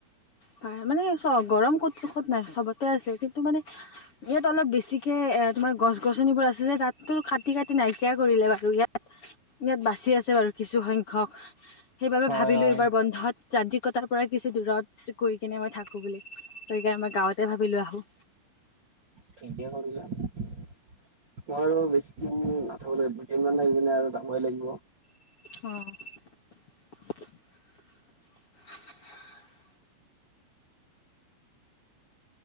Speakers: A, on the left; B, on the right.
A: পাৰ মানে চোৱা গৰম ক'ত চোখত নাই চবতে আছে কিন্তু মানে ইয়াত অলপ বেছিকে এ, তোমাৰ গছ গছনিবোৰ আছে যে তাততো কাটি কাটি নাইকিয়া কৰিলে বাৰু ইয়াত ইয়াত বাচি আছে বাৰু কিছু সংখ্যক, সেইবাবে
B: হয়
A: ভাবিলোঁ
B: হয়।
A: এইবাৰ বন্ধত যান্ত্ৰিকতাৰ পৰা কিছু দূৰত কৰি কিনে মই থাকোঁ বুলি সেইকাৰণে মই গাঁৱতে ভাবিলোঁ আহোঁ।
B: ঠিকে কৰিলা। মই আৰু বেছি নথ দুটেইমান সেইদিনে আৰু যাবই লাগিব।
A: অ'।